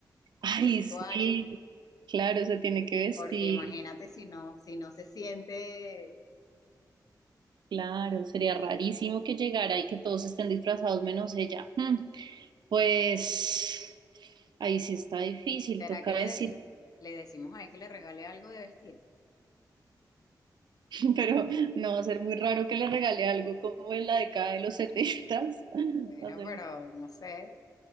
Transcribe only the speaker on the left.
su vestuario?
Porque imagínate si no, si no se siente,
¿será
que le
decimos? Le decimos a él que le regale algo de vestir.
Bueno,
pero no sé,